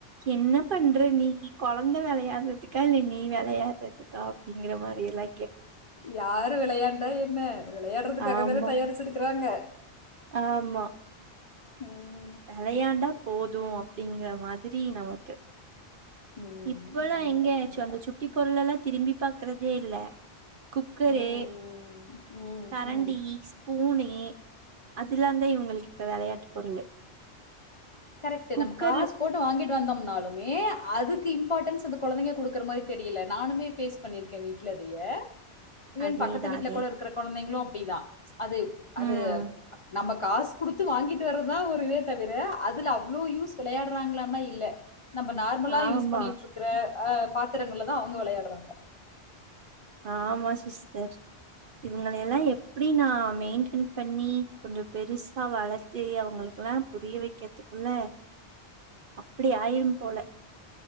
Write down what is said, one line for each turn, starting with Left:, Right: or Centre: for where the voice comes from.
Right: என்ன பண்ற நீ கொழந்த வெளையாட்றதுக்கா இல்ல நீ வெளையாட்ற துக்கா அப்டிங்கிற மாரியெல்லா
Left: யாரு வெளையாண்ட என்ன வெளையாட்றதுக்காக
Right: ஆமா
Left: தான தயாரிச்சுருக்குறாங்க
Right: ஆமா
Left: ம்
Right: வெளையாண்டா போது அப்டிங்கிற மாதிரி நமக்கு
Left: ம்
Right: இப்பல்லா
Left: கண்டிப்பா
Right: எங்கயாச்சு
Left: கண்டிப்பா
Right: அந்த சுட்டி பொருளெல்லா திரும்பி பாக்குறதே இல்ல குக்கரு
Left: ம் ம்
Right: கரண்டி
Left: ம்
Right: ஸ்ப்பூனு அதுல்லாதா இவங்களுக்கு இப்ப வெளையாட்டு பொருளு
Left: கரெக்ட்
Right: குக்கரு
Left: நம்ம காசு போட்டு வாங்கிட் டு வந்தோம்னாலுமே அதுக்கு இம்பார்ட்டன்ஸ் அந்த கொழந்தைங்க குடுக்குற மாரி தெரியல நானுமே ஃபேஸ் பண்ணிருக்கே வீட்ல இதைய இவன்
Right: அதேதா
Left: பக்கத்து வீட்ல
Right: அதேதா
Left: கூட இருக்கிற கொழந்தைங்களு பிடிதா அது அது
Right: ம்
Left: நமக் காசு குடுத்து வாங்கிட்டு வர்றதுதா ஒரு இதே தவிர அது அதுல அவ்ளோ யூஸ் வெளையாடுறாங்களானா இல்ல நம்ம நார்மலா
Right: ஆமா
Left: யூஸ் பண்ணிட்டுருக்கிற ஆ பாத்திரங்கள தா அவுங்க வெளையாடுறாங்க
Right: ஆமா சிஸ்டர் இவுங்களை எல்லா எப்டி நா மெயின்டென் பண்ணி கொஞ்சோ பெருசா வளர்த்து அவுங்களுக்கெல்லா புரிய வக்கிறதுக்குள்ள அப்படி ஆயிரும் போல